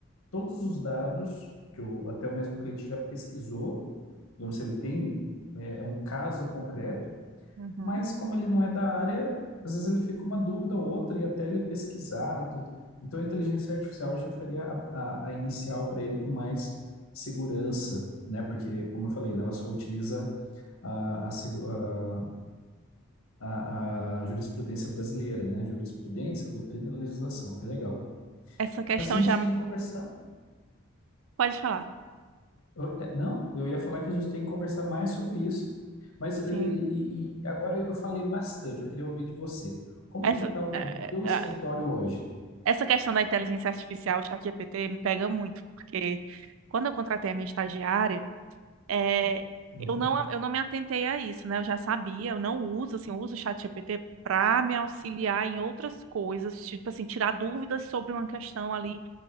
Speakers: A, on the left; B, on the right.
A: todos os dados que o, até o mesmo cliente já pesquisou, digamos, se ele tem é, um caso concreto,
B: uhum.
A: mas como ele não é da área, às vezes ele fica uma dúvida ou outra e até ele pesquisar tudo. Então a inteligência artificial já faria a, a- a inicial para ele com mais segurança, né? Porque, como eu falei, né, ela só utiliza a, a segu- a- a- a jurisprudência brasileira, né? Jurisprudência, doutrina, e legislação, bem legal.
B: Essa questão
A: Mas a gente
B: já.
A: tem que conversar
B: Pode falar.
A: Eu- é, Não, eu ia falar que a gente tem que conversar mais sobre isso. Mas e,
B: Sim.
A: e- e agora eu falei bastante, eu queria ouvir de você. Como
B: Essa,
A: que está o,
B: é,
A: o teu escritório
B: é,
A: hoje?
B: essa questão da inteligência artificial, o ChatGPT, me pega muito, porque quando eu contratei a minha estagiária, É,
A: Uhum,
B: eu não, eu não me atentei a isso, né? Eu já sabia, eu não uso, assim, eu uso o ChatGPT para me auxiliar em outras coisas, tipo assim, tirar dúvidas sobre uma questão ali,